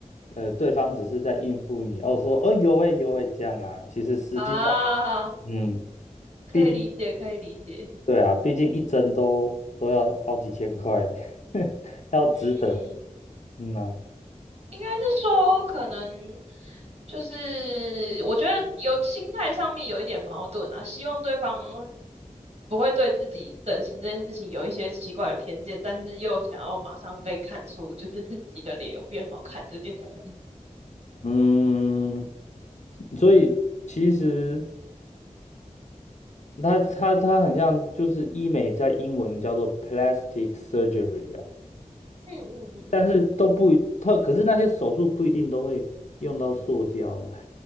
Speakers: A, on the left (about 60°); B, on the right (about 55°).
A: 呃，对方只是在应付你，哦，说哦有诶有诶这样啊，其实实际上，
B: 啊，
A: 嗯，
B: 可以理解，
A: 毕竟
B: 可以理解。
A: 对啊，毕竟一针都都要好几千块，<laughs> 要值得，
B: 嗯，
A: 嗯呐、
B: 应该是说可能就是我觉得有心态上面有一点矛盾啊，希望对方不会对自己整形这件事情有一些奇怪的偏见，但是又想要马上被看出就是自己的脸有变好看这件事。
A: 嗯，所以其实它它它很像，就是医美在英文叫做 plastic surgery 啊，
B: 嗯嗯嗯，
A: 但是都不一，它可是那些手术不一定都会用到塑胶啊。